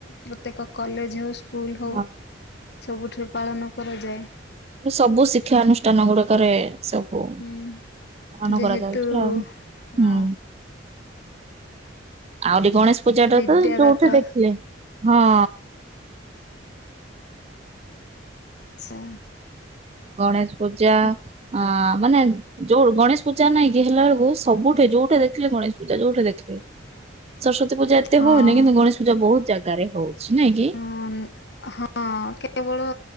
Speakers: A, on the left; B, on the right.
A: ପ୍ରତ୍ୟେକ କଲେଜ ହଉ ସ୍କୁଲ ହଉ
B: ହଁ
A: ସବୁଠାରୁ ପାଳନ କରାଯାଏ
B: ସବୁ ଶିକ୍ଷାନୁଷ୍ଠାନ ଗୁଡିକରେ ସବୁ
A: ହୁଁ
B: ପାଳନ
A: ଯେହେତୁ
B: କରାଯାଉଛି ଆଉ ହୁଁ
A: ଆ
B: ଆହୁରି ଗଣେଶ ପୂଜା ଟା
A: ବିଦ୍ୟାଦାତା
B: ତ ଯୋଉଠି ଦେଖିଲେ ହଁ
A: ଆଛା
B: ଗଣେଶ ପୂଜା
A: ହଁ
B: ଆ ମାନେ ଯୋଉ ଗଣେଶ ପୂଜା ନାଇଁ କି ହେଲା ବେଳକୁ ସବୁଠେ ଯୋଉଠି ଦେଖିଲେ ଗଣେଶ ପୂଜା ଯୋଉଠି ଦେଖିଲେ ସରସ୍ତୀ ପୂା ଏତେ
A: ହଁ
B: ହଉନି କିନ୍ତ ଗଣେଶ ପୂଜାହୁ ଜାଗା ାଗାରେ ହଉଛି ନାଇଁ କି
A: ହ ହଁ କେବଳ